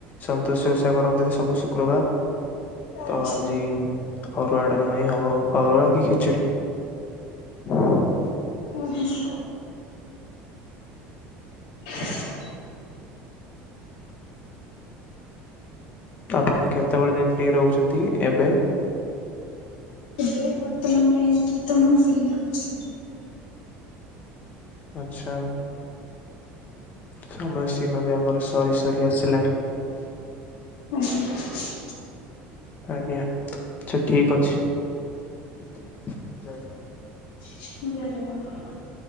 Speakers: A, on the left; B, on the left.
A: ସନ୍ତୋଶି ଓଷା କରନ୍ତି ସବୁ ଶୁକ୍ରବାର
B: ଆଚ୍ଛା
A: ତ ଆଜି ଅରୁଆ ଡାଲମା ହିଁ ହବ। ଅରୁଆ କି ଖିଚୁଡି ହଁ
B: ଓହୋ। <unintelligible>
A: ଆପଣ କେତେବେଳେ ଯାଇ ଫ୍ରି ରହୁଛନ୍ତି ଏବେ?
B: ଏ ବର୍ତମାନ ପାଇଁ ଏଠିତ ମୁଁ ଫ୍ରି ଅଛି।
A: ଆଛା। ସମୟ ସୀମା ବି ଆମର ସରି ସରି ଆସିଲାଣି।
B: ଆଜ୍ଞା।
A: ଆଜ୍ଞା। ଆଛା ଠିକ୍ ଅଛି। ଜୟ ଜଗନ୍ନାଥ।
B: ଜୟ ଜଗନ୍ନାଥ।